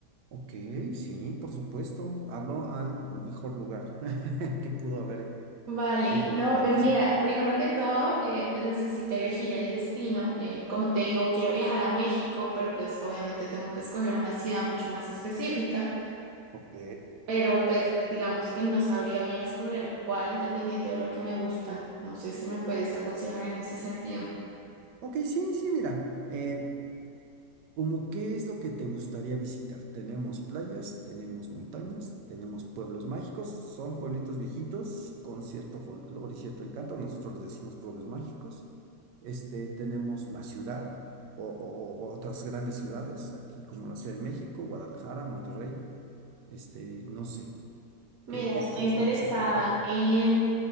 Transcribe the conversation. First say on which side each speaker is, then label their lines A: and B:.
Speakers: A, on the right; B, on the right.
A: Ok, sí, por supuesto. Hablo al mejor lugar <laughs> que pudo haber
B: Vale,
A: encontrado,
B: no, pues
A: sí.
B: mira, primero que todo, eh, pues necesito elegir el destino. Eh, como te digo, quiero viajar a México, pero pues obviamente tengo que escoger una ciudad mucho más específica.
A: Ok.
B: pero pues digamos que no sabría bien escoger cuál dependiendo de lo que me gusta. No sé si me puedes aconsejar en ese sentido.
A: Ok, sí, sí, mira. eh, ¿Cómo qué es lo que te gustaría visitar? Tenemos playas, tenemos montañas, tenemos pueblos mágicos, son pueblitos viejitos con cierto folclore y cierto encanto, nosotros les decimos pueblos mágicos. Este, tenemos la ciudad o, o- o otras grandes ciudades, aquí como la Ciudad de México, Guadalajara, Monterrey, este, no sé,
B: Mira,
A: qué, qué,
B: estoy
A: qué
B: interesada
A: es lo que se te antoja.
B: en,